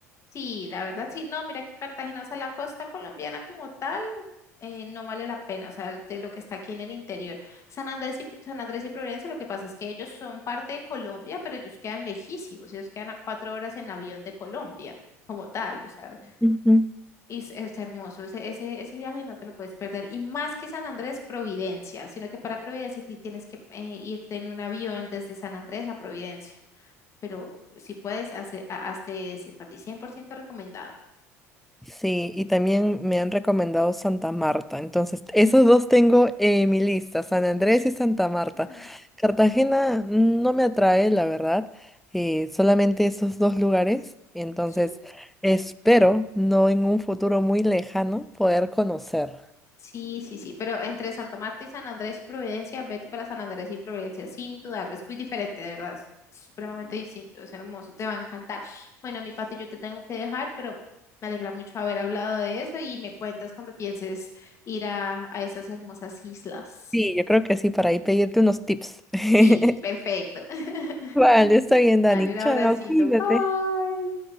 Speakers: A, on the left; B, in the centre.
A: Sí, la verdad sí, no, mira que Cartagena, o sea, la costa colombiana como tal, eh, no vale la pena, o sea, de lo que está aquí en el interior. San Andrés y, San Andrés y Providencia, lo que pasa es que ellos son parte de Colombia, pero ellos quedan lejísimos, ellos quedan a cuatro horas en avión de Colombia como tal, o sea,
B: Ujú.
A: y es, es hermoso, ese, ese, ese viaje no te lo puedes perder. Y más que San Andrés, Providencia, sino que para Providencia sí tienes que eh, irte en un avión desde San Andrés a Providencia, pero si puedes, hace, a- hazte ese, para ti 100% recomendado.
B: Sí, y también me han recomendado Santa Marta. Entonces, esos dos tengo en mi lista, San Andrés y Santa Marta.
A: Mm,
B: Cartagena no me atrae, la verdad, eh, solamente esos dos lugares. Entonces,
A: Sí,
B: espero no en un futuro muy lejano poder conocer.
A: sí, sí, sí, pero entre Santa Marta y San Andrés y Providencia, vete para San Andrés y Providencia, sin dudarlo, es muy diferente, de verdad, es supremamente distinto, es hermoso, te va a encantar. Bueno, mi Pati, yo te tengo que dejar, pero me alegra mucho haber hablado de eso y me cuentas cuando pienses ir a, a esas hermosas islas.
B: Sí, yo creo que sí, para ahí pedirte unos tips. <laughs>
A: Sí, perfecto. <laughs>
B: Vale, está bien, Dani.
A: Dale un
B: Chao,
A: abracito,
B: cuídate.
A: bye.